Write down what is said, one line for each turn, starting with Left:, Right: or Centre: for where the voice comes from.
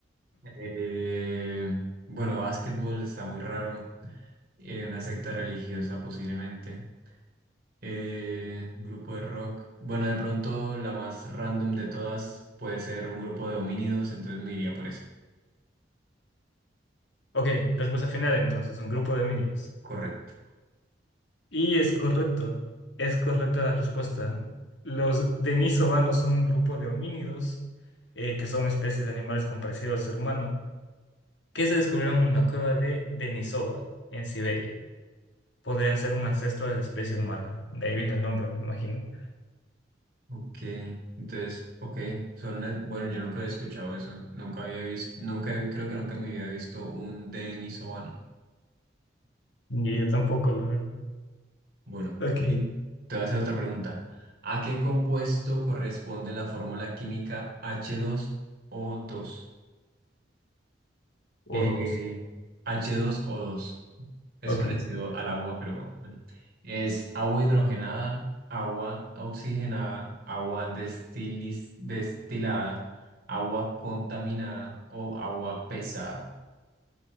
Right: Eh, bueno, básquetbol está muy raro. Eh, una secta religiosa posiblemente. Eh, grupo de rock. Bueno, de pronto la más random de todas puede ser un grupo de homínidos, entonces me iría por eso.
Left: Ok, respuesta final entonces, un grupo de homínidos.
Right: Correcto.
Left: Y es correcto, es correcta la respuesta. Los denisovanos son un grupo de homínidos eh, que son especies de animales con parecido al ser humano, que se descubrieron en una cueva de Denisova, en Siberia. Podrían ser un ancestro de la especie humana. De ahí viene el nombre, me imagino.
Right: Ok, entonces, ok, son, net- bueno, yo nunca había escuchado eso, nunca había visto, nunca, he- creo que nunca en mi vida he visto un denisovano.
Left: Y yo tampoco, la verdad.
Right: Bueno,
Left: Ok.
Right: y te voy a hacer otra pregunta. ¿A qué compuesto corresponde la fórmula química h dos o dos?
Left: O
Right: Eh,
Left: dos.
Right: h dos o dos Es
Left: Ok.
Right: parecido al agua, pero bueno. Es agua hidrogenada, agua oxigenada, agua destilis- destilada, agua contaminada o agua pesada.